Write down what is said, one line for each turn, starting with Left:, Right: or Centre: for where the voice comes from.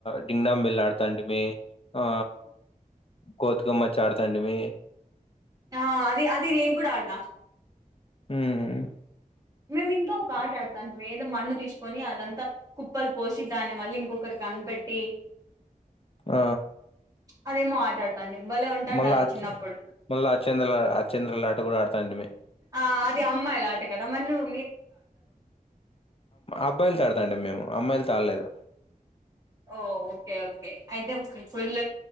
Left: డింగ్ డాంగ్ బెల్ ఆడుతాంట మీ ఆ కోతికోమ్మచ్చ ఆడతాండి మీ
Right: ఆ అది అది నేను కూడా అడినా.
Left: ఉమ్
Right: మేము ఇంకా ఒక ఆట ఆడుతాటిమి. అంటే ఏదో మన్ను తీసుకొని అదంతా కుప్పలు పోసి దాని మళ్ళీ ఇంకొకరు కనిపెట్టి
Left: ఆ
Right: అదేమో ఆట ఆడతాంటిమి భలే ఉంటాండే
Left: మళ్ళా
Right: అది చిన్నప్పుడు
Left: మళ్ళా అచ్చంద అచ్చంద్ర లాట కూడా ఆడతాండిమీ
Right: ఆ అది అమ్మాయిలాట కదా మరి నువు
Left: అబ్బాయిలుతో ఆడతాండి మేము అమ్మాయిలుతో ఆడలేదు.
Right: ఓ ఓకే ఓకే అయితే ఫుల్